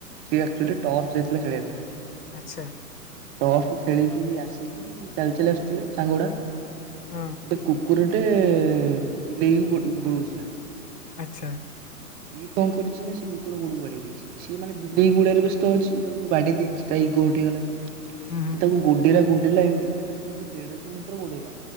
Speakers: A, on the right; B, on the left.
A: ସିଏ ଆଚ୍ୟୁଲି ଟର୍ଚ୍ଚ ଯାଇଥିଲା ଖେଳିବାକୁ <inaudible>
B: ଆଚ୍ଛା
A: ଟପକୁ ଖେଳିକି ଆସିକି ଚାଲି ଚାଲି ଆସୁଥିଲେ ସାଙ୍ଗ ଗୁଡା
B: ହଁ
A: ଗୋଟେ କୁ କୁକୁରଟେ ବିଲେଇକୁ ଗୋଡଉଥିଲା।
B: ଆଛା।
A: ଇଏ କଣ କରିଛି ନା ସେ କୁକୁର ଗୋଡକୁ ବାଡେଇଚି ଇଛି, ସିଏ ମାନ ବିଲେଇ ଗୁଡାରେ ବ୍ୟ ତ ଅଛି ଇଏ ତାକୁ ଯୋଉ ବାଡେଇ ଦେଇଛି ତଗୋ ହଟ ହେଇଗଲା। ଆଉ କରିବା
B: ହୁଁ ହୁଁ
A: । ତାକୁ ଗୁଡେଇିଲା ଗୁଡେଇିଲା ଏ ସେ ମାନେ ପାଖାପାଖି ଦେଢଶହ ମିଟର ଗୋଡେଇଲା